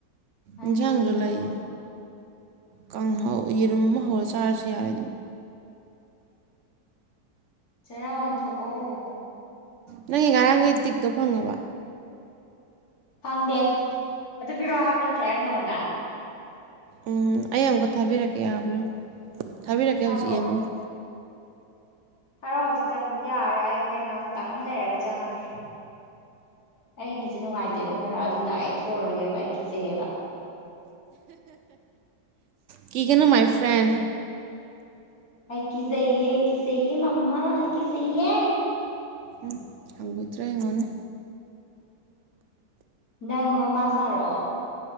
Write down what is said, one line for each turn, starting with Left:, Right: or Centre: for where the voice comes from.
Left: ꯑꯗꯨꯗꯤ
Right: ꯏꯟꯁꯥꯡꯁꯨ
Left: ꯆꯔꯥ
Right: ꯂꯩꯌꯦ
Left: ꯋꯥꯟꯊꯣꯛ
Right: ꯀꯥꯡꯍꯧ ꯌꯦꯔꯨꯝ ꯑꯃ ꯍꯧꯔ ꯆꯥꯔꯁꯨ ꯌꯥꯔꯦ ꯑꯗꯨꯝ
Left: ꯆꯔꯥ ꯋꯥꯟꯊꯣꯛꯑꯣ
Right: ꯅꯪꯒꯤ ꯉꯔꯥꯡꯒꯤ ꯇꯤꯛꯇꯣ ꯐꯪꯉꯕꯣ
Left: ꯐꯪꯗꯦ ꯑꯗꯨ ꯄꯤꯔꯛꯑꯣ ꯍꯥꯏꯕ ꯅꯠꯇ꯭ꯔꯣ ꯑꯩꯅ ꯅꯪꯉꯣꯟꯗ
Right: ꯎꯝ ꯑꯩ ꯑꯃꯨꯛꯀ ꯊꯥꯕꯤꯔꯛꯀꯦ ꯌꯥꯕ꯭ꯔꯥ ꯌꯦꯟꯎ ꯊꯥꯕꯤꯔꯛꯀꯦ
Left: ꯊꯥꯔꯛꯑꯣ
Right: ꯍꯧꯖꯤꯛ ꯌꯦꯡꯉꯨꯅꯦ
Left: ꯊꯥꯔꯛꯑꯣ ꯍꯧꯖꯤꯛ ꯆꯪꯕꯗꯤ ꯌꯥꯔꯣꯏ ꯑꯩ ꯍꯣꯔꯦꯟ ꯉꯥꯛꯇꯪ ꯂꯩꯔꯒ ꯆꯪꯉꯒꯦ ꯑꯩꯒꯤꯁꯦ ꯅꯨꯡꯉꯥꯏꯇꯦꯕ ꯈꯔ ꯑꯗꯨꯅ ꯑꯩ ꯊꯣꯛꯑꯔꯣꯏꯒꯦꯕ ꯑꯩ ꯀꯤꯖꯩꯑꯕ
Right: ꯀꯤꯒꯅꯨ ꯃꯥꯏ ꯐ꯭ꯔꯦꯟ
Left: ꯑꯩ ꯀꯤꯖꯩꯌꯦ ꯀꯤꯖꯩꯌꯦ ꯃꯃꯥ ꯀꯤꯖꯩꯌꯦ
Right: ꯎꯝ ꯍꯪꯒꯣꯏꯇ꯭ꯔꯥ ꯌꯦꯡꯉꯣꯅꯦ
Left: ꯅꯪ ꯃꯃꯥ ꯁꯥꯔꯛꯑꯣ